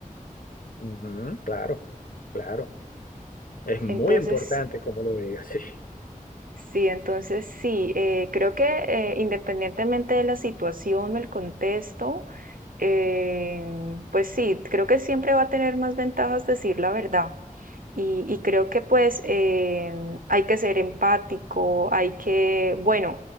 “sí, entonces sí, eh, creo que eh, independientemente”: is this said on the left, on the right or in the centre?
Right